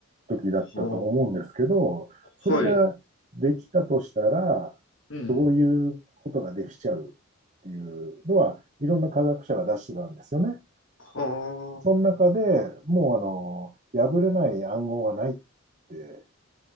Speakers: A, on the right; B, on the left.
A: 時だったと思うんですけど、
B: はあ、
A: それができたとしたら、
B: はい。うん。
A: どういうことができちゃうっていうのは、いろんな科学者が出してたんですよね。
B: はあ、
A: その中でもうあの、破れない暗号はないって